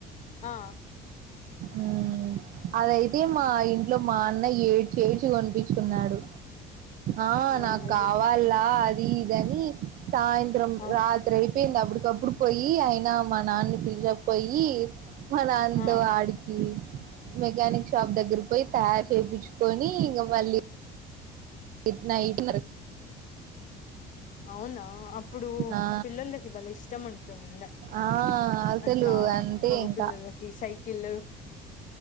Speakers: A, on the left; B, on the right.
A: ఆ
B: ఆ అదైతే మా ఇంట్లో మా అన్న ఏడ్చి ఏడ్చి కొనిపించుకున్నాడు. ఆ
A: అవునులే
B: నాకు కావాలా అది ఇదని సాయంత్రం
A: ఆ
B: రాత్రి అయిపోయింది అప్పుడు కపుడు పోయి అయినా మా నాన్న పిలిచకపోయి మ నాన్న
A: ఆ
B: తో ఆడికి మెకానిక్ షాప్ దగ్గర పోయి తయారు చేయించుకొని ఇంక మళ్ళీ గుడ్ నైట్
A: అవునా అప్పుడు
B: ఆ
A: పిల్లలకి బలే ఇష్టం ఉంటుంద
B: ఆ అసలు
A: అట్లా
B: అంతే
A: మగ
B: ఇంకా
A: పల్లలకి సైకిలు